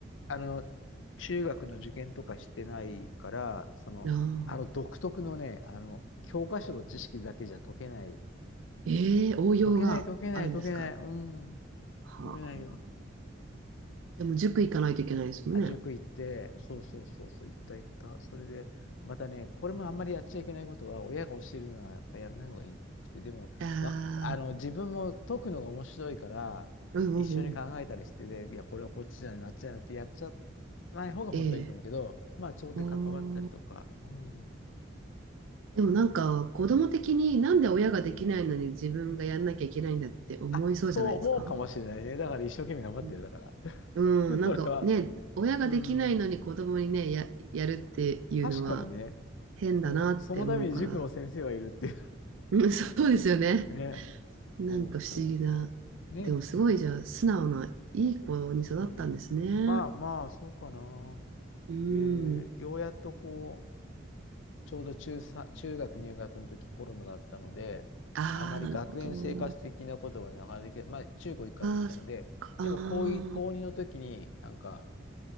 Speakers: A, on the left; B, on the right.
A: あの、中学の受験とかしてないから、その、
B: なあ。
A: あの独特のね、あの、教科書の知識だけじゃ解けない。
B: ええ応用があるんですか
A: 解けない、解けない、解けない。うん、
B: はあ。
A: 解けないよ。
B: でも塾行かないといけないですもんね。
A: あ、塾行って、そうそうそうそう、行った行った。それで、またね、これもあんまりやっちゃいけないことは、親が教えるのはやっぱやらない方がいくて、でも、
B: あ
A: わ、あの、
B: あ、
A: 自分も解くのが面白いから、
B: うんうんうん。
A: 一緒に考えたりして、で、いや、これはこっちじゃない、なっちゃないってやっちゃない方が本当はいいと思うけど、
B: ええ
A: まあ、それで関わったりとか、
B: あー
A: うん。
B: でもなんか子供的になんで親ができないのに自分がやんなきゃいけないんだって思いそうじゃないですか
A: あ、そう思うかもしれないね。だから一生懸命頑張ってる、
B: うん、
A: だから。<laughs>
B: うん、なんかね、
A: それは。<laughs>
B: 親ができないのに子供にね、
A: うん。
B: や、やるっていうのは
A: 確かにね。
B: 変だなって思うから。
A: そう、そのために塾の先生はいるっていう
B: うん、<laughs> そうですよね。
A: <laughs> ね。
B: なんか不思議な。
A: そうそうそう。ね。
B: でもすごいじゃあ素直ないい子に育ったんですね。
A: うん。まあまあ、そうかな。
B: うん。
A: で、ようやっとこう、ちょうど中さ中学入学の時コロナだったので、
B: ああ、
A: あんまり学園生活的なことがなかなかできない、
B: なるほど。
A: まあ中高一貫に行ったので、
B: ああ、そっか。あ
A: でも高い高2の時になんか、
B: あ。